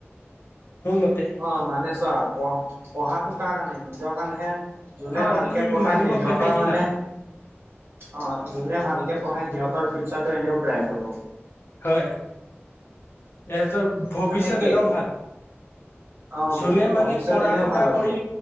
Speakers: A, on the left (about 60°); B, on the right (about 60°).
A: মোৰ মতে
B: অ', মানে চোৱা পঢ় পঢ়াটো কাৰ কাৰণে নিজৰ কাৰণেহে যোনে
A: হয়
B: ভালকে
A: তুমি
B: পঢ়ে
A: মানুহক
B: সেই সিহঁতৰ
A: দেখাই কি
B: মানে
A: লাভ
B: অ', যোনে ভালকে পঢ়ে সিহঁতৰ ফিউচাৰটো এনেও ব্ৰাইট হ'ব।
A: হয়, হেঁতৰ ভৱিষ্যত
B: মানে কি
A: এনেও ভাল,
B: অ
A: যোনে মানে
B: ভৱিষ্যত
A: পঢ়া
B: এনেও
A: শুনা
B: ভাল হ'ব
A: কৰি